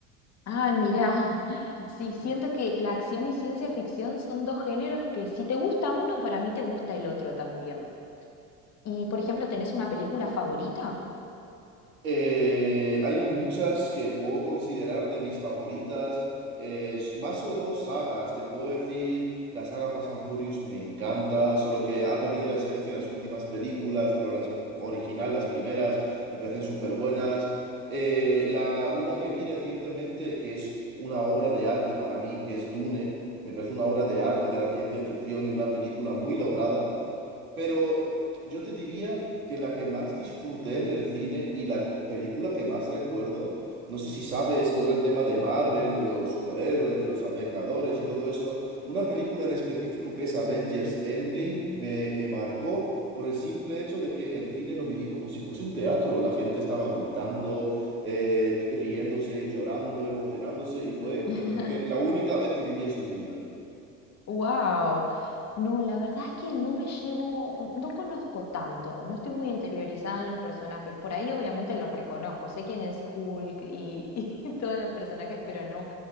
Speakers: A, on the left (about 40°); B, on the right (about 85°).
A: Ah, mira, <laughs> sí, siento que la acción y ciencia ficción son dos géneros que si te gusta uno, para mí te gusta el otro también. Y, por ejemplo, ¿tenés una película favorita?
B: Eh, hay muchas que puedo considerar de mis favoritas, eh, s- más sobre todo sagas. Te puedo decir, la saga Fast and Furious me encanta, solo que ha perdido la esencia de las últimas películas, pero las originales, las primeras, me parecen súper buenas. Eh, la, una que vi recientemente, que es una obra de arte para mí, que es Dune, me parece una obra de arte de la ciencia ficción y una película muy lograda. Pero yo te diría que la que más disfruté en el cine y la película que más recuerdo, no sé si sabes todo el tema de Marvel, de los superhéroes, de los Vengadores y todo eso, una película en específico que es Avengers Endgame me, me marcó por el simple hecho de que el cine lo viví como si fuese un teatro. La gente estaba gritando, eh, riéndose, llorando, emocionándose y fue,
A: <laughs>
B: yo creo que la única vez que viví eso en mi vida.
A: Wow. No, la verdad es que no me llevo, o- no conozco tanto, no estoy muy interiorizada en los personajes. Por ahí obviamente los reconozco, sé quién es Hulk y, <laughs> y todos los personajes, pero no,